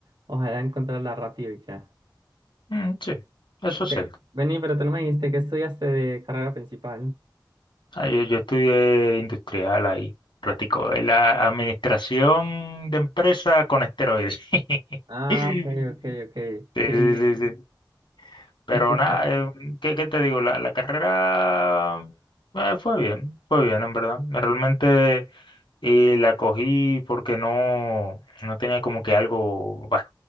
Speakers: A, on the right (about 75°); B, on the left (about 85°).
A: ojalá encontrarla rápido y ya.
B: Mm, sí, eso
A: Ok,
B: es cierto.
A: vení, pero tú no me dijiste que estudiaste de carrera principal.
B: Ah, yo, yo estudié industrial ahí, ratico, en la administración de empresa con esteroides. <laughs>
A: Ah, ok, ok, ok.
B: Sí,
A: Sí,
B: sí,
A: sí. sí.
B: sí, sí.
A: <laughs>
B: Pero
A: ¿Y qué
B: nada,
A: tal?
B: eh, ¿qué, qué te digo? La, la carrera eh, fue bien, fue bien, en verdad. Realmente eh, la cogí porque no, no tenía como que algo bas-